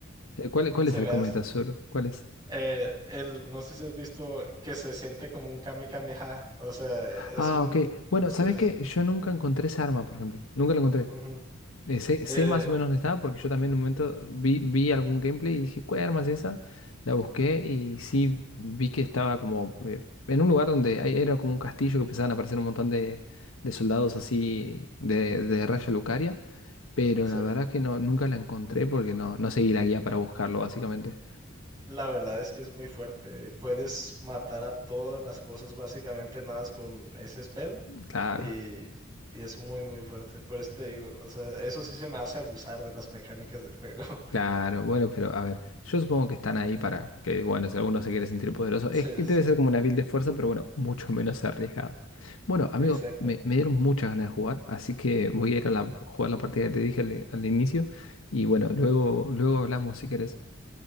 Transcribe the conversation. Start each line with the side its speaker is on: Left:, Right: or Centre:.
Left: Eh, ¿Cuál, cuál
Right: se
Left: es el
Right: me hace,
Left: Cometa Sur? ¿Cuál es?
Right: eh, el, no sé si has visto que se siente como un Kame Kameha, o sea,
Left: Ah,
Right: es un,
Left: ok. Bueno,
Right: se-
Left: ¿sabes
Right: se-
Left: qué? Yo nunca encontré esa arma, por ejemplo. Nunca la encontré.
Right: ujú.
Left: Eh, sé,
Right: Eh,
Left: sé más o menos dónde estaba porque yo también en un momento vi, vi algún gameplay y dije, ¿cuál arma es esa? La busqué y sí vi que estaba como eh, en un lugar donde hay- era como un castillo que empezaban a aparecer un montón de, de soldados así de, de Raya Lucaria. Pero
Right: Sí,
Left: la verdad que no, nunca la encontré porque no, no seguí la guía para buscarlo, básicamente.
Right: la verdad es que es muy fuerte. Puedes matar a todas las cosas básicamente nada más con ese spell.
Left: Claro.
Right: y, y es muy, muy fuerte. Por eso te digo, o sea, eso sí se me hace abusar de las mecánicas del juego. <laughs>
Left: Claro, bueno, pero a ver, yo supongo que están ahí para que, bueno, si alguno se quiere sentir poderoso, es
Right: Sí,
Left: que
Right: sí, sí,
Left: debe ser como una build de fuerza, pero bueno, mucho menos <laughs> arriesgada. Bueno, amigo,
Right: exacto.
Left: me, me dieron muchas ganas de jugar, así que voy a ir a la- jugar la partida que te dije al, al inicio y bueno, luego, luego hablamos si querés.